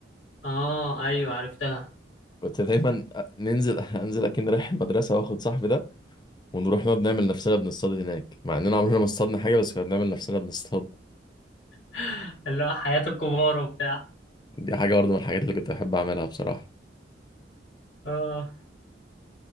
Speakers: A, on the left (about 75°); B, on the left (about 25°).
A: اه ايوه عرفتها
B: كنت دايما ننزل <laughs> انزل اكن رايح المدرسه واخد صاحبي ده ونروح نقعد نعمل نفسنا بنصطاد هناك مع اننا عمرنا ما اصطادنا حاجه بس كنا بنعمل نفسنا بنصطاد
A: <laughs> اللي هو حياة الكبار وبتاع
B: دي حاجة برضه من الحاجات اللي كنت بحب أعملها بصراحة
A: اه